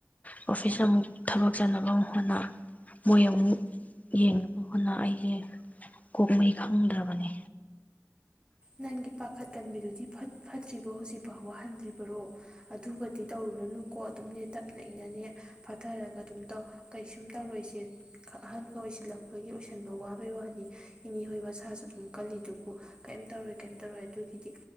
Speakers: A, on the left; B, on the right.
A: ꯑꯣꯐꯤꯁ ꯑꯃꯨꯛ ꯊꯕꯛ ꯆꯠꯅꯕ ꯍꯣꯠꯅ ꯃꯣꯏ ꯑꯃꯨꯛ ꯌꯦꯡꯅꯕ ꯍꯣꯠꯅ ꯑꯩꯁꯦ ꯀꯣꯛꯍꯩ ꯈꯪꯗ꯭ꯔꯕꯅꯤ
B: ꯅꯪꯒꯤ ꯄꯥꯈꯠꯀꯟꯕꯤꯗꯨꯗꯤ ꯐꯠꯇ꯭ꯔꯤꯕꯣ ꯍꯧꯖꯤꯛꯐꯥꯎꯕ ꯍꯟꯗ꯭ꯔꯤꯕꯔꯣ ꯑꯗꯨꯒꯗꯤ ꯇꯧꯔꯨꯔꯨꯅꯨꯀꯣ ꯑꯗꯨꯝꯅꯦ ꯇꯞꯅ ꯏꯅꯅꯦ ꯐꯥꯊꯔꯒ ꯑꯗꯨꯝ ꯇꯧ ꯀꯩꯁꯨꯝ ꯇꯧꯔꯏꯁꯦ ꯑꯍꯟꯒ ꯑꯣꯏꯁꯤꯜꯂꯛꯄꯒꯤ ꯑꯣꯏꯁꯟꯕ ꯋꯥꯕꯩ ꯋꯥꯅꯤ ꯏꯅꯤ ꯍꯣꯏ ꯃꯁꯥꯁꯨ ꯑꯗꯨꯝ ꯀꯜꯂꯤꯗꯨꯕꯨ ꯀ ꯇꯧꯔꯦ ꯀꯩꯝ ꯇꯧꯔꯦ ꯑꯗꯨꯒꯤꯗꯤ